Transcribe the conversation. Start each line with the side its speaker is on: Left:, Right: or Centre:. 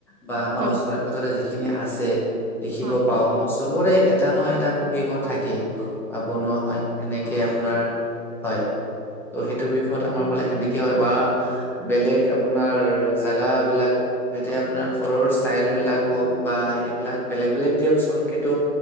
Centre: বা আমাৰ
Right: হয়
Centre: ওচৰে
Right: হয়
Centre: পাজৰে যিখিনি আছে দেখিব
Right: হয়
Centre: পাও
Right: হয়
Centre: চবৰে। এটা নহয় এটা পকী ঘৰ থাকেই বা বনোৱা হয়, এনেকে আপোনাৰ হয়। এইটো সেইটো বিষয়ত আমাৰ ফালে সেনেকে হয় বা বেলেগ আপোনাৰ জেগা বিলাক এতিয়া আপোনাৰ ঘৰৰ ষ্টাইল বিলাক হওক বা হেৰিবলাক বেলেগ বেলেগ দিয়কচোন কিন্তু